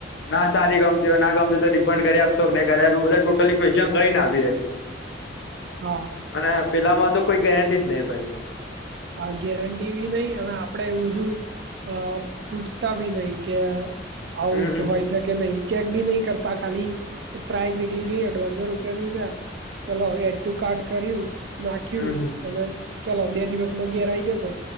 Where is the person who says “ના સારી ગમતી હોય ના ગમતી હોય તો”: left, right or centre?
Left